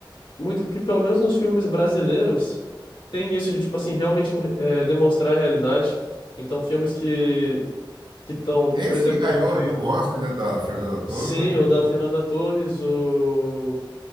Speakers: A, on the left; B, on the right.
A: muito que, pelo menos nos filmes brasileiros, tem isso de, tipo assim, realmente hum, é, demonstrar a realidade. Então, filmes que que estão,
B: Esse
A: por exemplo,
B: que ganhou aí o Oscar, né, da Fernanda
A: sim,
B: Torres, né, que
A: o da
B: foi
A: Fernanda Torres, o.